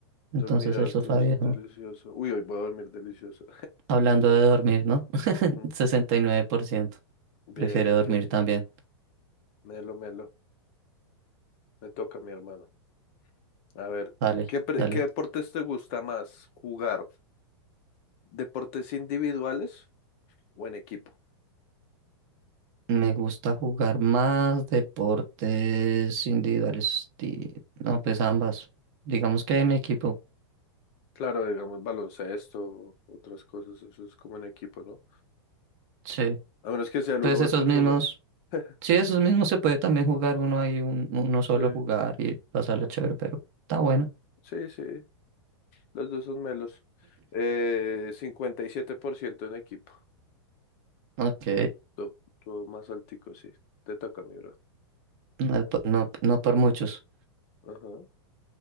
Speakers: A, on the right; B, on the left.
A: Entonces
B: Dormir harto
A: el sofá
B: es
A: viejo.
B: delicioso. Uy, hoy voy a dormir delicioso.
A: Hablando de dormir, ¿no? <laughs>
B: <laughs> Ujú.
A: sesenta y nueve por ciento
B: Bien,
A: Prefiere dormir
B: bien.
A: también.
B: Melo, melo. Me toca, mi hermano. A ver,
A: Dale,
B: ¿qué, pre-
A: dale.
B: qué deportes te gusta más jugar? ¿Deportes individuales o en equipo?
A: Me gusta jugar más deportes individuales. di- No, pues ambas. Digamos que en equipo.
B: Claro, digamos baloncesto, otras cosas, eso es como en equipo, ¿no?
A: Sí.
B: A menos que sea el
A: Pues
B: uno
A: esos
B: versus
A: mismos.
B: uno. <laughs>
A: Sí, esos mismos se puede también jugar uno ahí, un- uno solo
B: Sí,
A: jugar y pasarla chévere, pero está bueno.
B: sí, sí. Los dos son melos. Eh, cincuenta y siete por ciento en equipo.
A: Ok.
B: Todo, todo más altico, sí. Te toca, mi bro.
A: No, es por- no, no por muchos.
B: Ajá.